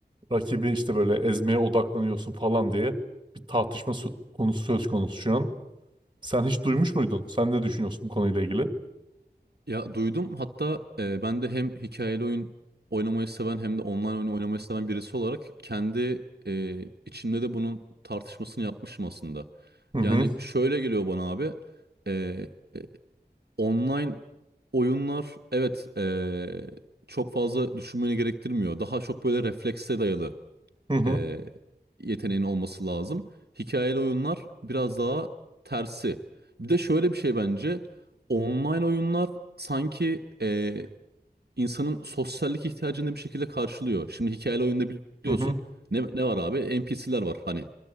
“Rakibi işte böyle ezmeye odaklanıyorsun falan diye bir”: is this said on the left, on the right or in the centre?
Right